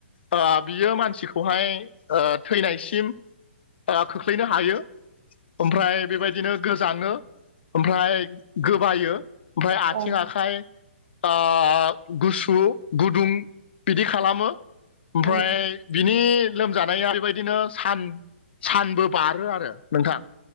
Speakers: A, on the left (about 60°); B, on the right (about 50°).
A: ओ बियो मानसिखौहाय ओ थैनायसिम ओ खोख्लैनो हायो ओमफ्राय बेबायद बिदिनो गोजाङो अमफ्राय गोबायो ओमफाय आथिं,
B: उम
A: आखाइ ओ गुसु, गुदुं बिदि खालामो। ओमफ्राय
B: औ उम
A: बिनि लोमजानाया बेबायदिनो सान सानबो बारो आरो नोंथां।